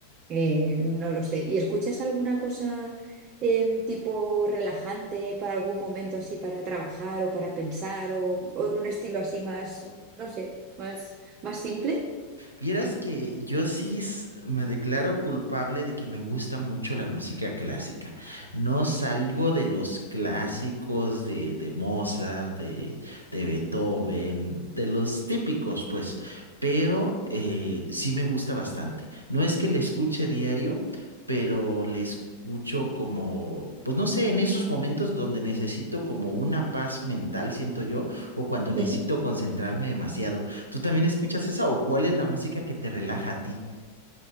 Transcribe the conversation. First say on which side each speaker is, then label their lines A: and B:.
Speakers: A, on the right (about 30°); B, on the right (about 80°).
A: Eh, no lo sé. ¿Y escuchas alguna cosa em, tipo relajante para algún momento así para trabajar o para pensar o, o un estilo así más, no sé, más, más simple?
B: Vieras que yo sí s- me declaro culpable de que me gusta mucho la música clásica. No salgo de los clásicos de, de Mozart, de, de Beethoven, de los típicos, pues, pero eh, sí me gusta bastante. No es que le escuche diario, pero le escucho como, pues no sé, en esos momentos donde necesito como una paz mental, siento yo, o cuando necesito
A: Sí.
B: concentrarme demasiado. ¿Tú también escuchas esa o cuál es la música que te relaja a ti?